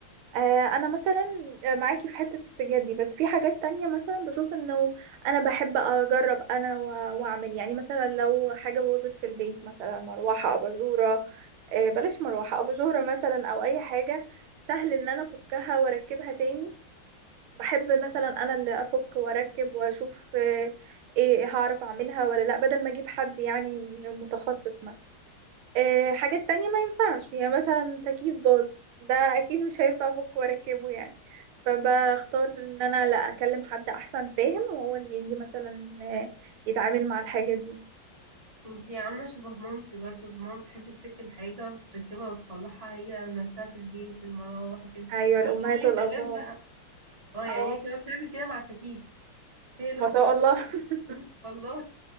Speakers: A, on the right (about 80°); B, on the right (about 20°).
A: آه، انا مثلا معاكي في حتة السجاد دي بس في حاجات تانية مثلا بشوف انه انا بحب اجرب انا و- واعمل يعني مثلا لو حاجة باظت في البيت مثلا مروحة اباجورة آه، بلاش مروحة اباجورة مثلا او اي حاجة سهل ان انا افكها واركبها تاني بحب مثلا انا اللي افك واركب واشوف آه، ايه إيه هعرف اعملها ولا لا بدل ما اجيب حد يعني متخصص مثلا آه، حاجات تانية ما ينفعش يعني مثلا تكييف باظ ده اكيد مش هينفع افكه واركبه يعني فبختار ان انا لا اكلم حد احسن فاهم وهو اللي يجي مثلا آه، يتعامل مع الحاجة دي
B: انتي عاملة شبه مامتي برضو ماما بتحب تفك الحاجة وتركبها وتصلحها هي نفسها في البيت المراوح وكده
A: ايوه الامهات
B: تعرفي ان
A: والابهات
B: هي كمان بقى اه يعني
A: اه
B: هي كمان بتعمل كده مع التكييف هي اللي
A: ما
B: بتنضف
A: شاء الله
B: التكييف
A: <laughs>
B: <laughs> والله